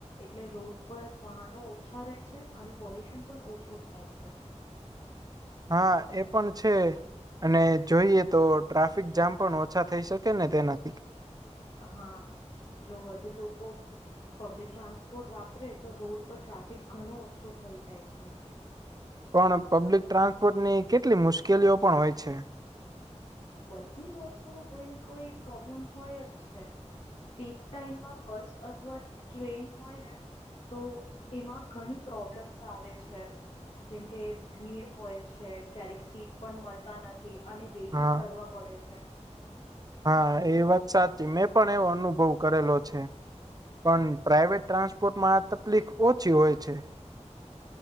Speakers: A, on the left; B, on the right.
A: એટલે રોડ પર વાહનો ઓછા રહે છે, અને પોલ્યુશન પણ ઓછો થાય છે.
B: હા, એ પણ છે. અને જોઈએ તો ટ્રાફિક જામ પણ ઓછા થઈ શકે ને તેનાથી.
A: હા. જો વધુ લોકો પબ્લિક ટ્રાન્સપોર્ટ વાપરે તો રોડ પર ટ્રાફિક ઘણો ઓછો થઈ જાય છે.
B: પણ પબ્લિક ટ્રાન્સપોર્ટ ની કેટલી મુશ્કેલીઓ પણ હોય છે.
A: બધી જ વસ્તુ નું કોઈને કોઈ પ્રોબ્લેમ હોય જ છે. પીક ટાઈમમાં બસ અથવા ટ્રેન હોય ને તો એમાં ઘણી પ્રોબ્લેમ્સ આવે છે. જેમ કે ભીડ હોય છે, ક્યારેક સીટ પણ મલતા નથી. અને વેટિંગ
B: હા
A: કરવા પડે છે.
B: હા એ વાત સાચી. મેં પણ એવો અનુભવ કરેલો છે. પણ પ્રાઈવેટ ટ્રાન્સપોર્ટમાં આ તફલીક ઓછી હોય છે.